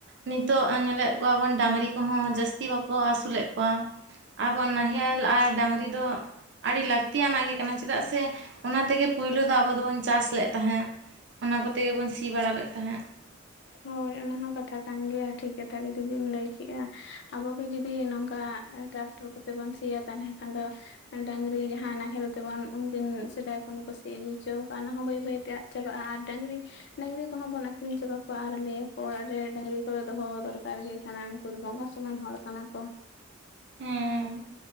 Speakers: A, on the right; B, on the left.
A: ᱱᱤᱛᱚᱜ ᱧᱮᱞᱮᱫ ᱠᱚᱣᱟ ᱵᱚᱱ ᱰᱟᱝᱨᱤ ᱠᱚᱦᱚᱸ ᱡᱟᱹᱥ ᱛᱤ ᱵᱟᱠᱚ ᱟᱥᱩᱞᱮᱫ ᱠᱚᱣᱟ ᱟᱵᱚᱣᱟᱜ ᱱᱟᱦᱮᱞ ᱟᱨ ᱰᱟᱝᱨᱤ ᱫᱚ ᱟᱰᱤ ᱞᱟᱠᱛᱤᱭᱟᱱᱟᱜ ᱜᱮ ᱪᱮᱫᱟᱜ ᱥᱮ ᱚᱱᱟ ᱛᱮᱜᱮ ᱯᱳᱭᱞᱳ ᱫᱚ ᱟᱵᱚ ᱫᱚᱵᱚᱱ ᱪᱟᱥ ᱞᱮᱫ ᱛᱟᱦᱮᱸᱫ ᱚᱱᱟ ᱠᱚᱛᱮ ᱜᱮ ᱵᱚᱱ ᱥᱤᱭᱟ᱾ ᱥᱤ ᱵᱟᱲᱟ ᱞᱮᱫ ᱛᱟᱦᱮᱸᱫ᱾
B: ᱦᱳᱭ ᱚᱱᱟ ᱦᱚᱸ ᱠᱟᱛᱷᱟ ᱠᱟᱱ ᱜᱮᱭᱟ ᱴᱷᱤᱠ ᱠᱟᱛᱷᱟ ᱜᱮᱛᱚ ᱫᱩᱵᱤᱱ ᱞᱟᱹᱭᱠᱮᱜᱼᱟ, ᱟᱵᱚᱜᱮ ᱡᱩᱫᱤ ᱱᱚᱝᱠᱟᱼᱼ ᱴᱨᱟᱠᱴᱚᱨ ᱠᱚᱛᱮ ᱵᱚᱱ ᱥᱤᱭᱟ ᱛᱟᱦᱚᱞᱮ ᱠᱷᱟᱱ ᱫᱚᱼᱼ ᱰᱟᱝᱨᱤ ᱡᱟᱦᱟᱸ ᱱᱟᱦᱮᱞ ᱛᱮᱵᱚᱱ ᱩᱱᱫᱤᱱ ᱥᱮᱫᱟᱭ ᱠᱷᱚᱱ ᱠᱚ ᱥᱤ ᱟᱹᱜᱩ ᱦᱚᱪᱚᱣᱟ ᱚᱱᱟᱦᱚᱸ ᱵᱟᱹᱭ ᱵᱟᱹᱭᱛᱮ ᱟᱱᱼᱼ ᱪᱟᱵᱟᱜᱼᱟ ᱟᱨ ᱰᱟᱝᱨᱤ ᱰᱟᱝᱨᱤ ᱠᱚᱦᱚᱸ ᱵᱚᱱ ᱟᱠᱷᱨᱤᱧ ᱪᱟᱵᱟᱼᱼ ᱟᱨ ᱞᱟᱹᱭᱟᱠᱚ ᱚᱲᱟᱜ ᱨᱮ ᱰᱟᱹᱝᱨᱤ ᱠᱚᱫᱚ ᱫᱚᱦᱚ ᱫᱚᱨᱠᱟᱨ ᱜᱮ ᱠᱟᱱᱟ ᱩᱱᱠᱩ ᱫᱚ ᱵᱚᱸᱜᱟ ᱥᱚᱢᱟᱱ ᱦᱚᱲ ᱠᱟᱱᱟ ᱠᱚ᱾
A: ᱦᱮᱸ